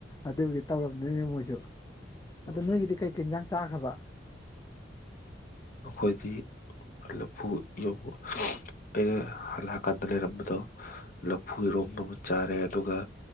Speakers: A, on the left (about 20°); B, on the left (about 45°).
A: ꯑꯗꯨꯕꯨꯗꯤ ꯇꯧꯔꯝꯗꯣꯏꯅꯦ ꯃꯣꯏꯁꯨ ꯑꯗꯣ ꯅꯣꯏꯒꯤꯗꯤ
B: ꯎꯝ
A: ꯀꯩꯀꯩ ꯏꯟꯖꯥꯡ ꯆꯥꯈ꯭ꯔꯕ
B: ꯑꯈꯣꯏꯗꯤ ꯂꯐꯨ ꯏꯔꯣꯝꯕ ꯑꯩꯅ ꯍꯜꯂꯛꯑꯀꯥꯟꯗ ꯂꯩꯔꯝꯕꯗꯣ ꯂꯐꯨ ꯏꯔꯣꯝꯕ ꯑꯃ ꯆꯥꯔꯦ ꯑꯗꯨꯒ